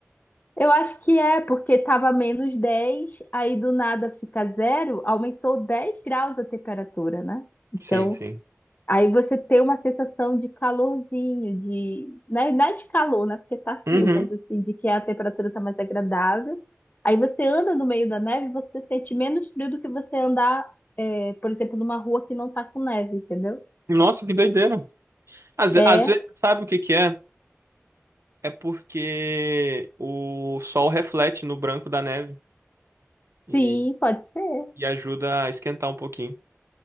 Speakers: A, on the left; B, on the right.
A: Eu acho que é, porque estava menos 10, aí do nada fica zero, aumentou 10 graus a temperatura, né? Então,
B: Sim, sim.
A: aí você tem uma sensação de calorzinho, de. Não é, não é de calor, né? Porque tá
B: Uhum.
A: frio, mas assim, de que a temperatura tá mais agradável. Aí você anda no meio da neve, você sente menos frio do que você andar, é, por exemplo, numa rua que não tá com neve, entendeu?
B: Nossa, que doideira. Às,
A: É,
B: às vezes, sabe o que que é? É porque o sol reflete no branco da neve e,
A: sim, pode ser.
B: e ajuda a esquentar um pouquinho.